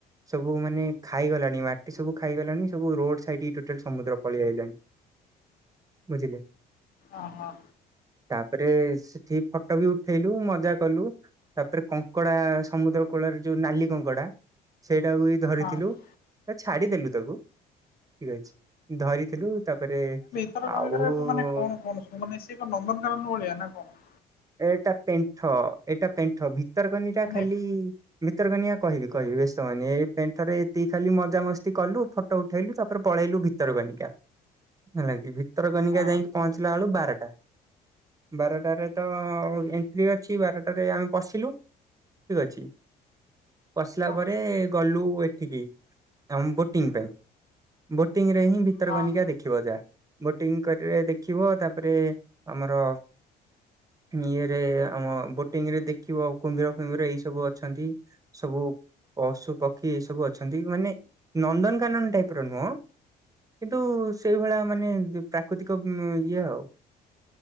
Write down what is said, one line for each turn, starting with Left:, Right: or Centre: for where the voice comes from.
Right: ସବୁ ମାନେ ଖାଇଗଲାଣି ମାଟି ସବୁ ଖାଇଗଲାଣି ସବୁ ରୋଡ ସାଇଡ ଟୋଟାଲ ସମୁଦ୍ର ପାଲେଆଇଲାଣି ବୁଝିଲେ
Left: ଅ ହ।
Right: ତାପରେ ସେଠି ଫଟୋ ବି ଉଠେଇଲୁ ମଜା କଲୁ। ତାପରେ କଙ୍କଡା ସମୁଦ୍ର କୂଳରେ ଯୋଉ ନାଲି କଙ୍କଡା ସେଇଟାକୁ ବି ଧରିଥିଲୁ।
Left: ଆଉ
Right: ତା ଛାଡିଦେଲୁ ତାକୁ ଠିକ ଅଛି ଧରିଥିଲୁ ତାପରେ
Left: ଣ
Right: ଆଉ
Left: ମାନେ କଣ କଣ ମାନେ ସିଏ ଏକ ନନ୍ଦନକାନନ ଭଳିଆ ନା କଣ?
Right: ଏଇଟା ପେଣ୍ଠ ଏଇଟା ପେଣ୍ଠ ଭିତରକନିକା
Left: ମାନେ
Right: ଖାଲି ଭିତରକନିଆ କହିବି କହିବି ବ୍ୟସ୍ତ ହନି ଏ ପେଣ୍ଠରେ ଏତିକି ଖାଲି ମଜାମସ୍ତି କଲୁ ଫ ଫଟୋ ଉଠେଇଲୁ ତାପରେ ପଳେଇଲୁ ଭିତର କନିକା ହେଲା କିି ଭିତର କନିକା
Left: ହଁ
Right: ଯାଇ ପହଞ୍ଚିଲା ବେଳୁ ବାରଟା, ବାରଟାରେ ତ
Left: ହଁ
Right: ଏଣ୍ଟ୍ରି ଅଛି, ବାରଟାରେ ଆମେ ପଶିଲୁ, ଠିକ୍ ଅଛି। ପଶିଲା
Left: ହଁ
Right: ପରେ ଗଲୁ ଏଠିକି ଆମ ବୋଟିଂ ପାଇଁ। ବୋଟିଂ ରେ ହିଁ ଭିତରକନିକା
Left: ହଁ
Right: ଦେଖିବ ଯା। ବୋଟିଂ କରିବେ ଦେଖିବ ତାପରେ ଆମର ଇଏରେ ଆମ ବୋଟିଂ ରେ ଦେଖିବ କୁମ୍ଭୀର ଫୁମ୍ଭୀର ଏଇ ସବୁ ଅଛନ୍ତି ସବୁ ପଶୁ ପକ୍ଷୀ ଏ ସବୁ ଅଛନ୍ତି ମାନେ ନନ୍ଦନକାନନ ଟାଇପ ର ନୁହଁ କିନ୍ତୁ ସେଇଭଳିଆ ମାନେ ପ୍ରାକୃତିକ ଇଏ ଆଉ